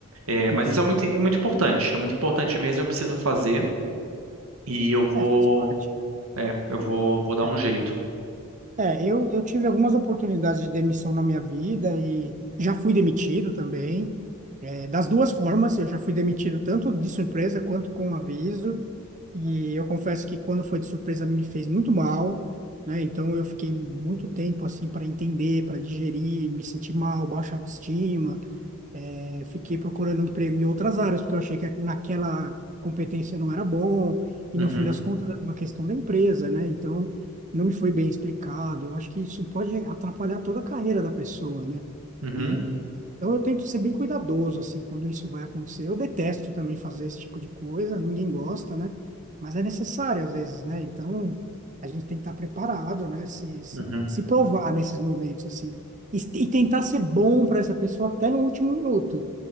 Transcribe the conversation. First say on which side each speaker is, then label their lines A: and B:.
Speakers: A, on the right; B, on the right.
A: É,
B: Entendi.
A: mas isso é muito, é muito importante, é muito importante mesmo, eu preciso fazer. E eu vou
B: É, faz parte.
A: é, eu vou, vou dar
B: É.
A: um jeito.
B: É, eu, eu tive algumas oportunidades de demissão na minha vida e já fui demitido também. É, das duas formas, eu já fui demitido tanto de surpresa quanto com aviso. E eu confesso que quando foi de surpresa me fez muito mal, né? Então eu fiquei muito tempo assim para entender, para digerir, me senti mal, baixa autoestima. Eh, fiquei procurando emprego em outras áreas, porque eu achei que naquela competência não era bom, e
A: Uhum,
B: no fim das contas era uma questão da empresa, né? Então não me foi bem explicado. Eu acho que isso pode atrapalhar toda a carreira da pessoa, né?
A: uhum,
B: E então eu tento ser bem cuidadoso, assim, quando isso vai acontecer. Eu detesto também fazer esse tipo de coisa, ninguém gosta, né? Mas é necessário às vezes, né? Então a gente tem que estar preparado, né? Se, se,
A: uhum.
B: se provar nesses momentos, assim. E, e tentar ser bom para essa pessoa até no último minuto